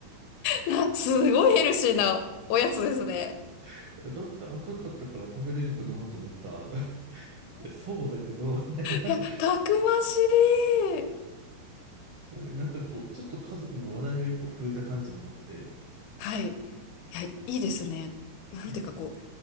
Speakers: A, on the left; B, on the right.
A: い <laughs> な、すごいヘルシーなおやつですね。
B: <laughs> だって赤かったから食べれるかなと思った。<laughs> いや、そうだけど、みたいな。
A: いや、たくましい。
B: <laughs> なんかこう、ちょっと家族に話題が一個増えた感じもあって、
A: はい。いや、いいですね。なんていうかこ
B: いいですね。